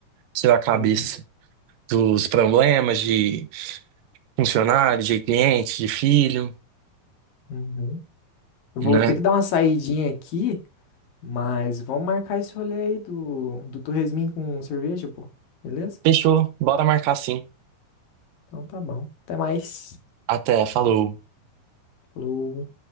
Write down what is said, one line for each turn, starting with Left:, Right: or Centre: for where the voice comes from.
Right: tirar a cabeça
Left: Uhum,
Right: dos problemas de funcionário, de cliente, de filho,
Left: uhum. Eu vou
Right: né?
Left: ter que dar uma saidinha aqui, mas vamos marcar esse rolê aí do, do Torresmin com cerveja, pô. Beleza?
Right: Fechou, bora marcar sim.
Left: Então tá bom. Até mais.
Right: Até, falou.
Left: Falou.